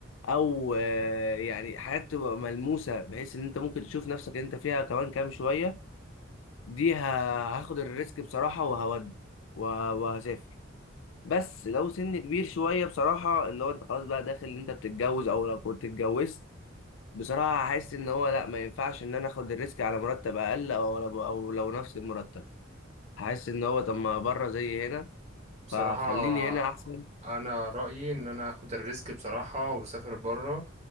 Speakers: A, on the left; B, on the right.
A: أو آه، يعني حاجات تبقى ملموسة بحيث إن أنت ممكن تشوف نفسك أنت فيها كمان كام شوية دي ه- هاخد الريسك بصراحة وهودي وه- وهسافر بس لو سن كبير شوية بصراحة اللي هو أنت خلاص بقى داخل إن أنت بتتجوز أو لو كنت اتجوزت بصراحة هحس إن هو لأ ما ينفعش إن أنا آخد الريسك على مرتب أقل أو أو لو نفس المرتب هحس إن هو طب ما بره زي هنا
B: بصراحة
A: فخليني هنا احسن
B: انا رأيي ان انا اخد الريسك بصراحة واسافر بره